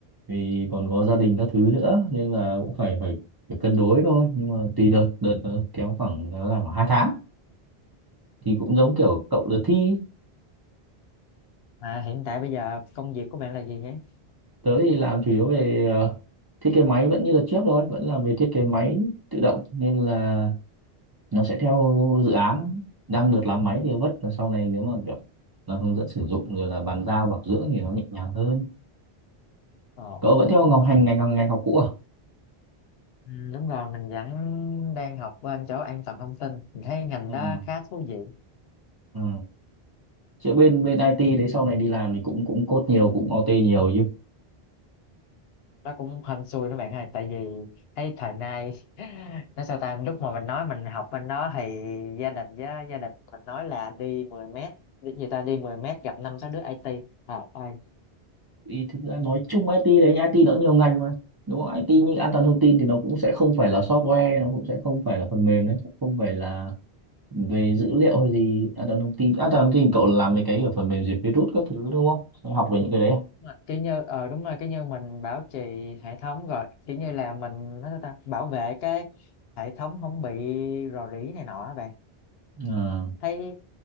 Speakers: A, on the right; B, on the left.
A: vì còn có gia đình các thứ nữa nên là cũng phải phải phải cân đối thôi nhưng mà tùy đợt đợt nó kéo khoảng kéo dài khoảng hai tháng thì cũng giống kiểu cậu đợt thi
B: à hiện tại bây giờ công việc của bạn là gì nhé
A: tới thì làm chủ yếu về ờ, thiết kế máy vẫn như đợt trước thôi vẫn làm về thiết kế máy tự động nên là nó sẽ theo dự án đang được làm máy thì vất là sau này nếu mà kiểu là hướng dẫn sử dụng rồi là bàn giao bảo dưỡng thì nó nhẹ nhàng hơn
B: ồ
A: cậu vẫn theo ngọc hành ngành ngành học cũ à?
B: ừ, đúng rồi mình vẫn đang học bên chỗ an toàn thông tin mình thấy ngành
A: à,
B: đó khá thú vị
A: à. Chứ bên bên IT đấy sau này đi làm thì cũng cũng code nhiều cũng OT nhiều chứ
B: nó cũng hên xui đó bạn ơi tại vì thấy thời nay <laughs> nó sao ta lúc mà mình nói mình học bên đó thì gia đình với gia đình mình nói là đi mười mét đi người ta đi 10 mét gặp năm sáu đứa IT à, ai
A: Ý, thực ra nói chung IT đấy nhưng IT nó nhiều ngành mà đúng không IT như an toàn thông tin thì nó cũng sẽ không phải là software nó cũng sẽ không phải là phần mềm đấy không phải là về dữ liệu hay gì an toàn thông tin an toàn thông tin cậu làm mấy cái ở phần mềm diệt virus các thứ đúng không sẽ học về những cái đấy à,
B: đúng rồi. kiểu như ờ đúng rồi kiểu như mình bảo trì hệ thống rồi kiểu như là mình nó sao ta bảo vệ cái hệ thống không bị rò rỉ này nọ á bạn
A: à
B: thấy